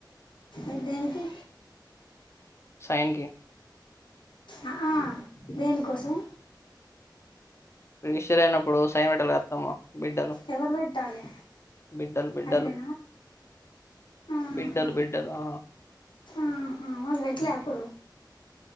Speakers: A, on the left; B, on the left.
A: ఏదేనికి
B: సైన్కి
A: ఆ ఆ దేనికోసం
B: రిజిస్టరయినప్పుడు సైన్ పేట్టల్గా అత్తమ్మ బిడ్డలు
A: ఎవర్పెట్టాలే
B: బిడ్డలు బిడ్డలు
A: అయినా ఆహా
B: బిడ్డలు బిడ్డలు ఆ
A: ఆహా వాళ్లు పెట్లే అప్పుడు